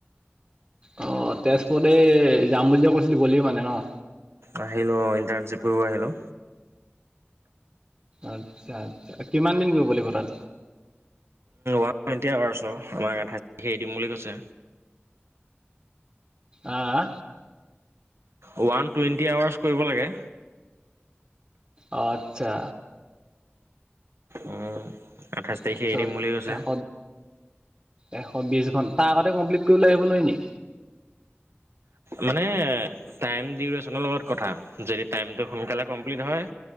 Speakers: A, on the right (about 30°); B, on the right (about 90°).
A: অ, তেজপুৰতে এই যাম বুলি যে কৈছিলোঁ গ'লেইও মানে ন।
B: আহিলো ইণ্টাৰ্ণশ্বিপ কৰিব আহিলো।
A: আচ্ছা কিমান দিন গৈ ব লাগিব তাত?
B: অ, এতিয়াছ আমাক আঠাইছ এৰি দিম বুলি কৈছে।
A: আহ
B: ওৱান টুৱেণ্টি আৱাৰ্চ কৰিব লাগে।
A: অ, আচ্ছা।
B: উম, আঠাইছ তাৰিখে
A: আচ্ছা
B: এৰি দিম বুলি কৈছে।
A: এশ এশ বিশ ঘন তাৰ আগতে কমপ্লিট কৰি লৈ আহিব নোৱাৰি নি?
B: মানে টাইউৰেনৰ লগত কথা যদি টাইম টো সোনকালে কমপ্লিট হয়।